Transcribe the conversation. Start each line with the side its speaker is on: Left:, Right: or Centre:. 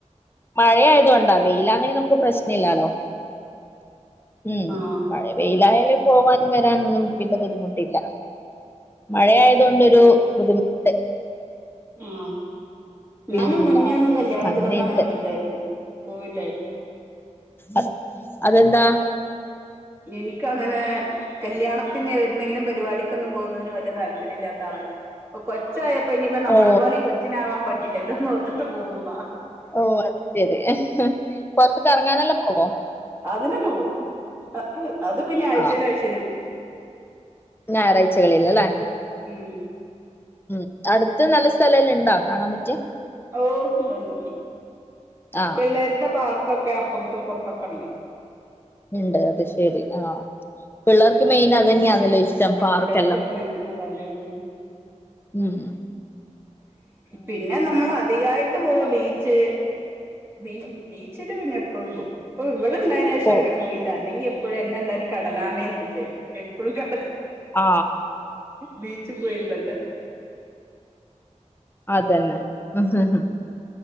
Left: മഴയായതോണ്ടാ വെയിലാണെങ്കി നമുക്ക് പ്രശ്നഇല്ലാലോ. ഉം
Right: ആ
Left: മഴ വെയിലായാലേ പോവാനും വരാനൊന്നും വല്യ ബുദ്ധിമുട്ടില്ല. മഴ ആയതോണ്ട് ഒരു ബുദ്ധിമുട്ട്
Right: ആ
Left: പിന്നെ
Right: ഞാനും മുന്നേ ഒന്നും കല്യാണത്തിലൊന്നും
Left: അങ്ങനെയുണ്ട്
Right: അങ്ങനെ പോയില്ലായിരു പോവില്ലായിരുന്നു.
Left: അ അതെന്താ
Right: എനിക്ക്അങ്ങനെ കല്യാണത്തിന് എന്തെങ്കിലും പരിപാടിക്കൊന്നും പോവുന്നതിന് വല്യതാൽപര്യല്ലാത്ത ആളാ പ്പൊ കൊച്ചായപ്പോ ഇനിപ്പ നമ്മളെപോലിം
Left: ഓ
Right: കൊച്ചിനാവാൻ പറ്റില്ലല്ലോന്ന് ഓർത്തിട്ട് പോവുന്നതാ
Left: ഓ അതു ശരി പൊറത്ത് കറങ്ങാനല്ലപോവോ
Right: അതിനൊക്കെ പോവും. അത് പിന്നെ ആഴ്ചയില്
Left: ആ
Right: ആഴ്ചയില് പോവും.
Left: ഞായറാഴ്ചകളിൽ അല്ലേ
Right: ഉം
Left: ഉം അടുത്ത് നല്ല സ്ഥലെല്ലണ്ടോ കാണാപറ്റ്യേ
Right: ഓ ണ്ട് ണ്ട് ണ്ട്
Left: ആ
Right: പിള്ളേർക്ക പാർ ക്കൊക്കെ അപ്പുറത്ത് ഇപ്പുറത്തൊക്കെണ്ട്.
Left: ഉണ്ട് അത് ശരി ആ പിള്ളേർക്ക് മെയിൻ അതെന്നെയാന്നല്ലോ ഇഷ് ഷ്ടം പാർക്കെല്ലാം
Right: പിള്ളേർക്ക് വന്ന അതല്ലേ ഉം
Left: ഉം ഉം
Right: പിന്നെ നമ്മൾ അധികായിട്ട് പോവ ബീച്ച് ബീ ബീച്ചില് പിന്നെ എപ്പഴും പോവും ഇപ്പൊ ഇവള് ഉണ്ടായേനുശേഷം
Left: പോ
Right: അങ്ങനെ പോയില്ല അല്ലെങ്കി എപ്പ പ്പഴും എന്നെ എല്ലാരും കടലാമേന്ന് വിളിച്ചായിരുന്നു എപ്പഴും കടല്
Left: ആ
Right: ബീച്ചിൽ പോയിരുന്നോണ്ടോ
Left: അതന്നെ ഇഹ് ഹ്ഹ്